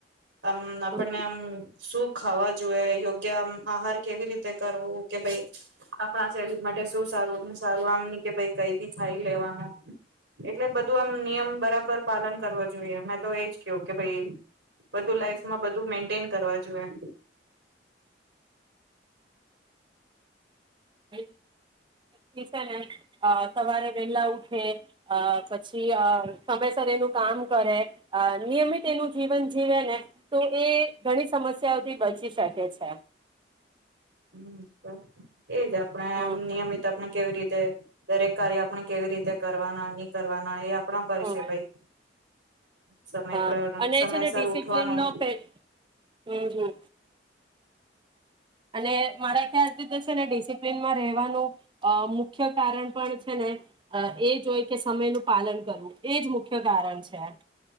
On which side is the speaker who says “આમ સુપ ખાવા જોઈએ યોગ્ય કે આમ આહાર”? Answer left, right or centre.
Right